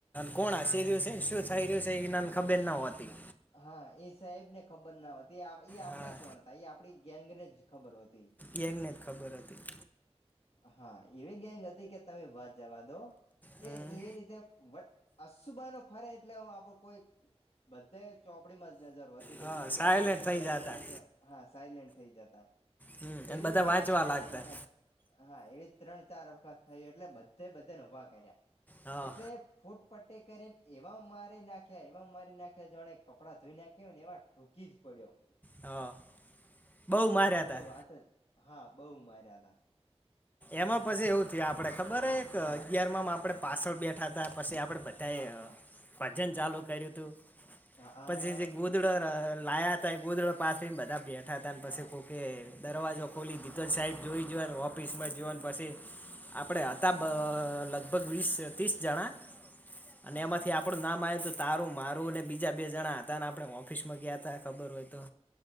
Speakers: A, on the left (about 15°); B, on the left (about 65°).
A: કોણ હ રહ્યું છે શું થ રહ્યું છે એનાને ખબર ન હોતી
B: હા એ સાહેબ ને ખબર ના હોતી એ આપણેે
A: હા
B: જાણતા એ આપડી ગેંગ ને જ ખબર હોત
A: જને જ ખબર હતી
B: હા એવી ગેંગ હતી કે તમે ભત જવા દો કે
A: હમ,
B: એ રીતે અસુબાનો ફરે એટલે આપડ કોઈ બધે ચોપડીમાં જ નજર હતી
A: હા
B: કે જેમ કે
A: સાયલેન્ટ
B: આપડે શું
A: થઈ
B: કરી
A: જતા
B: રહ્યા છો હા સાયલેન્ટ થઈ જતા
A: હમ, અને
B: એવી
A: બધા
B: રીતે
A: વાંચવા
B: ત્રણ
A: લાગતા
B: ચાર વખત હા એવી ત્રણ ચાર વખત થયું એટલે બધે બધેને ઉભા કર્યા
A: હા
B: એટલે ફૂટ પટ્ટી કરીને એવા મારી નાખ્યા એવા મારી નાખ્યા જાણે કપડા ધોઈ નાખી ને એ ટોકી જ પડ્યો
A: હા બહુ માર્યા
B: તમે
A: હતા
B: વાત જ હા બઉ માર્યા તા
A: એમાં પછી એવું થય આપડે ખબર એક અગિયાર
B: હા
A: માં આપડે પાછળ બે હતા પછી આપડે બધાએ
B: હા હા
A: ભજન ચાલુ કર્યું હતું
B: હા હા
A: પછી જે બુધધ ગોધડ લાયા ત ગોધડ પાસેને બધા બેઠા હતા પછી
B: હા
A: કોકે દરવાજો ખોલી દીધલ સાહેબ જોઈ જને ઓફિસમાં જોને પછી, આપણે હતા લગભગ વીસ ત્રીસ જણા, અને
B: હા
A: એમાંથી
B: હા
A: આપ આપણું નામ આવ્યું હતું તારું મારું અનેને બીજા બે જણા હતા ને આપણે ઓફિસમાં ગયા ત ખબર હોય તો.